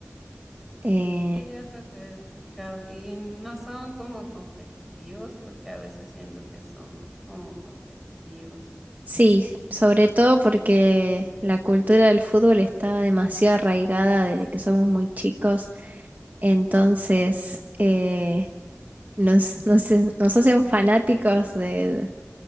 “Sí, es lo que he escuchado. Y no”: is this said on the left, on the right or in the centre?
Centre